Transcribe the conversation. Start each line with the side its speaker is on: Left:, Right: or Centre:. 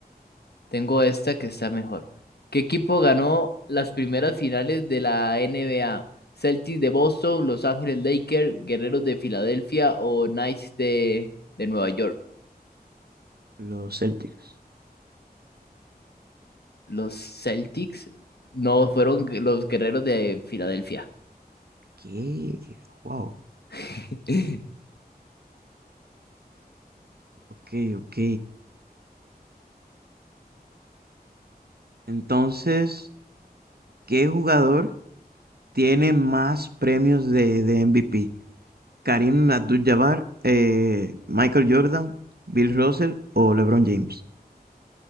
Left: Tengo esta que está mejor. ¿Qué equipo ganó las primeras finales de la NBA? ¿Celtics de Boston, Los Ángeles Lakers, Guerreros de Filadelfia o Knights de, de Nueva York?
Right: los Celtics.
Left: Los Celtics no fueron gu- los Guerreros de Filadelfia.
Right: ¿Qué? Wow.
Left: <laughs>
Right: Ok, ok. Entonces, ¿qué jugador tiene más premios de, de MVP? ¿Karim Abdul-Jabbar, eh, Michael Jordan, Bill Russell o LeBron James?